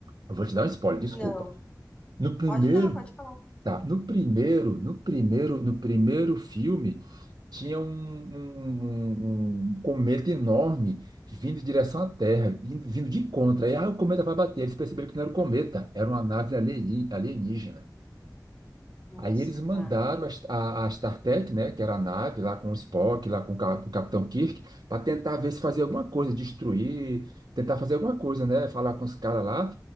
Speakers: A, on the right; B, on the left.
A: Eu vou te dar um spoiler, desculpa.
B: Não.
A: No primeiro,
B: Pode dar, pode falar.
A: tá, no primeiro, no primeiro, no primeiro filme, tinha um, um- um- um um cometa enorme vindo em direção à Terra, vindo vindo de contra. Aí, ah, o cometa vai bater. Eles perceberam que não era o cometa, era uma nave alieni- alienígena.
B: Nossa,
A: Aí eles mandaram
B: tá.
A: a, St- a, a StarTech, né, que era a nave lá com o Spock, lá com o, ca- com o Capitão Kirk, para tentar ver se fazia alguma coisa, destruir, tentar fazer alguma coisa, né, falar com os caras lá.